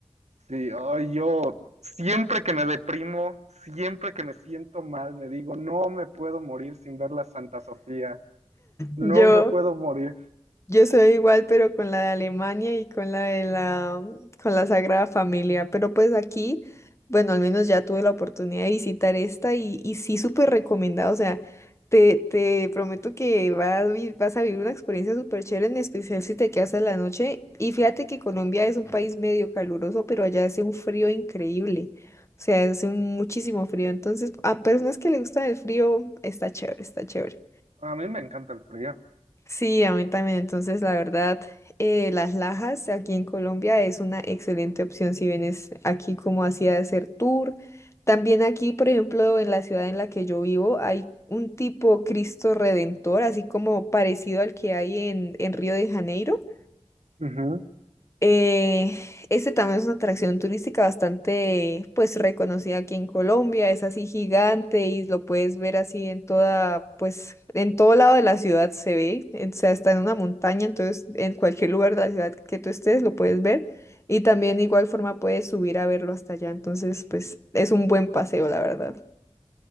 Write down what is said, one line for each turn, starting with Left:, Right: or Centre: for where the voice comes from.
Right: Sí, ay, yo siempre que me deprimo, siempre que me siento mal, me digo, no me puedo morir sin ver la Santa Sofía, no
Left: Yo.
Right: me puedo morir.
Left: Yo soy igual, pero con la de Alemania y con la de la, mm, con la Sagrada Familia. Pero pues aquí, bueno, al menos ya tuve la oportunidad de visitar esta y, y sí súper recomendada. O sea, te, te prometo que vas, a vi- vas a vivir una experiencia súper chévere, en especial si te quedas en la noche. Y fíjate que Colombia es un país medio caluroso, pero allá hace un frío increíble. O sea, hace muchísimo frío. Entonces, a personas que les gusta el frío, está chévere, está chévere.
Right: A mí me encanta el frío.
Left: Sí, a mí también. Entonces, la verdad, eh, las lajas aquí en Colombia es una excelente opción si vienes aquí como así a hacer tour. También aquí, por ejemplo, en la ciudad en la que yo vivo, hay un tipo Cristo Redentor, así como parecido al que hay en, en Río de Janeiro.
Right: Ujú.
Left: Eh, este también es una atracción turística bastante, pues, reconocida aquí en Colombia. Es así gigante y lo puedes ver así en toda, pues, en todo lado de la ciudad se ve. eh, O sea, está en una montaña, entonces en cualquier lugar de la ciudad que tú estés lo puedes ver. Y también de igual forma puedes subir a verlo hasta allá. Entonces, pues, es un buen paseo, la verdad.